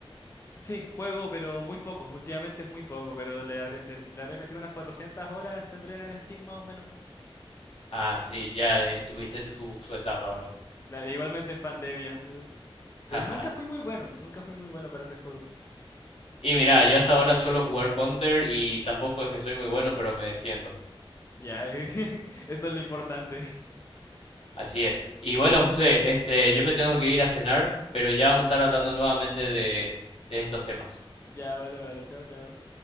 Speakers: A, on the left (about 30°); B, on the left (about 80°).
A: Sí, juego, pero muy poco. Últimamente es muy poco, pero le habré, le, le habré metido unas 400 horas, tendré en el Steam más o menos.
B: Ah, sí, ya eh, tuviste su, su etapa, ¿verdad?
A: Cla- igualmente en pandemia. eh. Pero
B: <laughs> Jaja.
A: nunca fui muy bueno, nunca fui muy bueno para ese juego.
B: Y mira, yo hasta ahora suelo jugar Counter y tampoco es que soy muy bueno, pero me defiendo.
A: Ya, <laughs> esto es lo importante. <laughs>
B: Así es. Y bueno, José, este, yo me tengo que ir a cenar, pero ya vamos a estar hablando nuevamente de, de estos temas.
A: Ya, vale, vale, chao, chao.